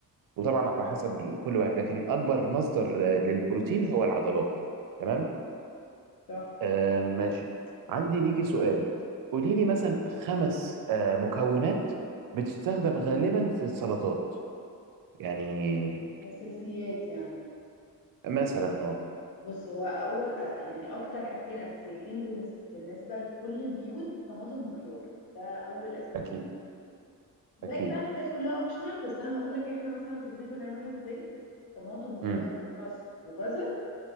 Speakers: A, on the right (about 65°); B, on the left (about 75°).
A: وطبعا على حسب كل واحد لكن اكبر مصدر آه، للبروتين هو العضلات تمام
B: صح
A: آه ماشي عندي ليكي سؤال قولي لي مثلا خمس آه مكونات بتستخدم غالبا في السلطات يعني
B: اساسيات يعني
A: مثلا اه
B: بص هو اول يعني اكتر حاجتين اساسيتين بالنسبه بالنسبه لكل البيوت طماطم وخيار ده اول اساسيتين
A: اكيد
B: باقي
A: اكيد
B: بقى الحاجات كلها اوبشنال بس انا هقول لك احنا مثلا في البيت بنعملها ازاي طماطم وخيار
A: امم
B: وخس وجزر